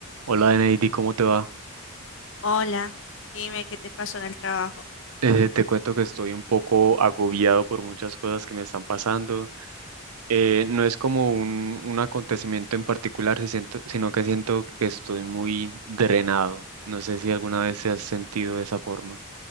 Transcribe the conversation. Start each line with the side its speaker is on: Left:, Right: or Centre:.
Right: Hola, Neidi, ¿cómo te va?
Left: Hola, dime qué te pasó en el trabajo.
Right: Eh, te cuento que estoy un poco agobiado por muchas cosas que me están pasando. Eh, no es como un, un acontecimiento en particular, si siento- sino que siento que estoy muy drenado. No sé si alguna vez se has sentido de esa forma.